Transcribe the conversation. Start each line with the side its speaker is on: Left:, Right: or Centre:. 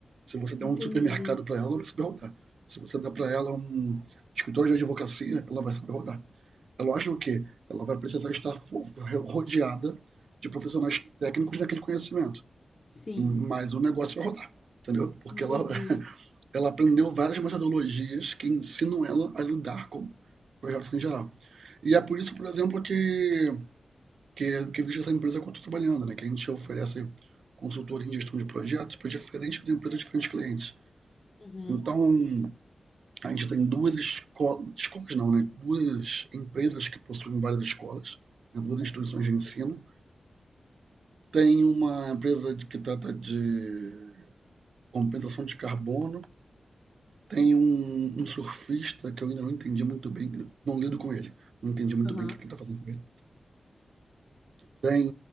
Right: Se você der
Left: entendi.
Right: um supermercado para ela, ela vai saber rodar. Se você der para ela um escritório de advocacia, ela vai saber rodar. É lógico que ela vai precisar estar rodeada de profissionais técnicos daquele conhecimento.
Left: Sim,
Right: Mas o negócio vai rodar, entendeu? Porque
Left: entendi.
Right: ela, <laughs> ela aprendeu várias metodologias que ensinam ela a lidar com projetos em geral. E é por isso, por exemplo, que que, que existe essa empresa que eu estou trabalhando, né? que a gente oferece consultoria em gestão de projetos para diferentes empresas, diferentes clientes.
Left: Uhum,
Right: Então, a gente tem duas escolas, escolas não, né? duas empresas que possuem várias escolas, né? duas instituições de ensino. Tem uma empresa que trata de compensação de carbono, tem um, um surfista que eu ainda não entendi muito bem, não lido com ele, não entendi muito
Left: uhum.
Right: bem o que ele está fazendo com ele. Tem,